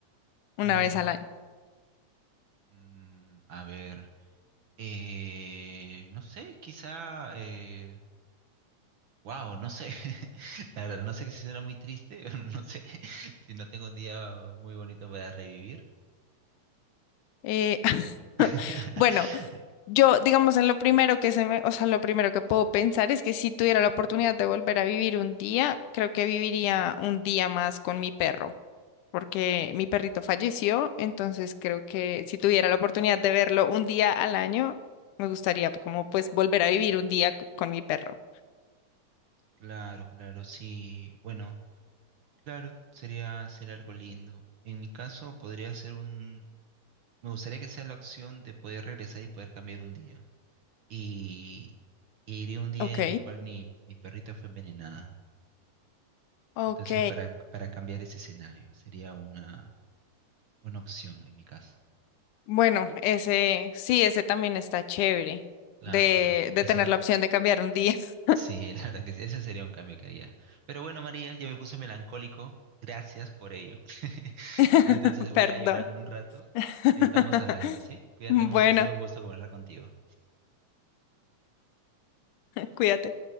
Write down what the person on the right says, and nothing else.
mm,
mm, a ver, eh, no sé, quizá. eh, Wow, no sé. <laughs> La verdad, no sé si será muy triste. <laughs> No sé si no tengo un día muy bonito para revivir.
<laughs>
Claro, claro, sí. Bueno, claro, sería, sería algo lindo. En mi caso, podría ser un. Me gustaría que sea la opción de poder regresar y poder cambiar un día. Y, y iría un día
en el cual mi, mi perrita fue envenenada.
Entonces, para, para cambiar ese escenario, sería una, una opción en mi caso.
Claro,
pero
esa
no-
Sí, <laughs> la verdad que sí, ese sería un cambio que haría. Pero bueno, María, yo me puse melancólico. Gracias por ello. <laughs>
Entonces voy
a ir a llorar un rato.
Estamos hablando, ¿sí? Cuídate mucho,
ha sido un gusto conversar contigo.